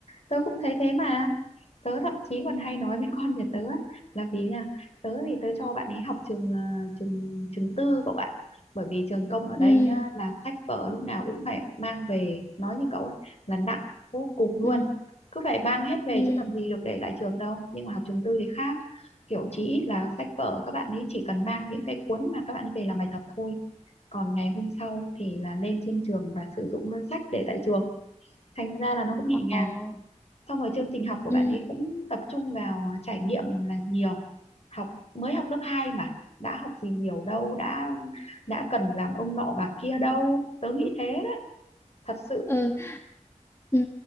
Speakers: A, on the left; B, on the left.
A: tớ cũng thấy thế mà tớ thậm chí còn hay nói với con nhà tớ á, là vì là tớ thì tớ cho bạn ấy học trường ờ, trường trường tư cậu ạ bởi vì trường công ở đây
B: ừ
A: nhá là sách vở lúc nào cũng phải mang về nói như cậu ấy, là nặng vô cùng luôn
B: ừ
A: cứ phải mang hết về
B: ừ
A: chứ làm gì được để lại trường đâu nhưng mà học trường tư thì khác kiểu chí ít là sách vở các bạn ấy chỉ cần mang những cái cuốn mà các bạn ấy về làm bài tập thôi còn ngày hôm sau thì là lên trên trường và sử dụng luôn sách để tại trường thành ra là nó cũng nhẹ
B: ờ
A: nhàng xong rồi chương trình học của
B: ừ
A: bạn ấy cũng tập trung vào trải nghiệm là nhiều học mới học lớp 2 mà đã học gì nhiều đâu đã đã cần làm ông nọ bà kia đâu tớ nghĩ thế đấy thật sự
B: ừ, ừ.